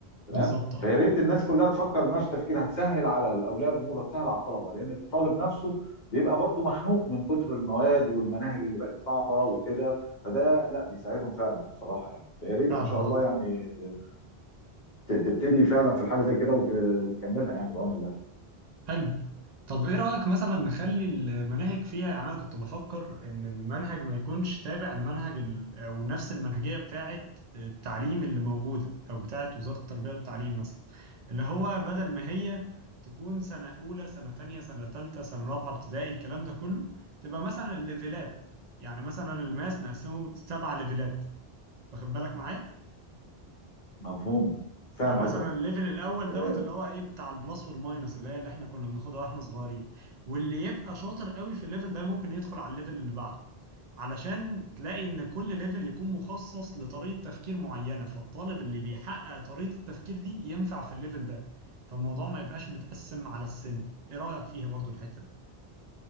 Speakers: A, on the left; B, on the right.
A: تمام
B: بالظبط اه
A: فيا ريت الناس كلها تفكر بنفس التفكير هتسهل على اولياء الامور هتسهل على الطلبه لان الطالب نفسه بيبقى برضه مخنوق من كتر المواد والمناهج اللي بقت صعبه وكده فده لا بيساعدهم فعلا بصراحه يعني فيا ريت
B: فعلا
A: ان شاء الله
B: اه
A: يعني ت- تبتدي فعلا في الحاجه زي كده وت- وتكملها يعني بعون الله
B: حلو طب ايه رأيك مثلا نخلي المناهج فيها يعني انا كنت بفكر ان المنهج ما يكونش تابع لمنهج ال... او نفس المنهجية بتاعة التعليم اللي موجودة او بتاعة وزارة التربية والتعليم مثلا اللي هو بدل ما هي تكون سنة أولى سنة تانية سنة تالتة سنة رابعة ابتدائي الكلام ده كله تبقى مثلا الليفلات يعني مثلا الماس نقسمه سبع ليفلات واخد بالك معايا
A: مفهوم فاهم
B: فمثلا
A: قصدك
B: الليفل الاول
A: آه،
B: دوت اللي هو ايه بتاع البلس والماينس اللي هي اللي احنا كنا بناخدها واحنا صغيرين واللي يبقى شاطر قوي في الليفل ده ممكن يدخل على الليفل اللي بعده علشان تلاقي ان كل ليفل يكون مخصص لطريقة تفكير معينة فالطالب اللي بيحقق طريقة التفكير دي ينفع في الليفل ده فالموضوع ما يبقاش متقسم على السن ايه رأيك فيها برضو الحتة دي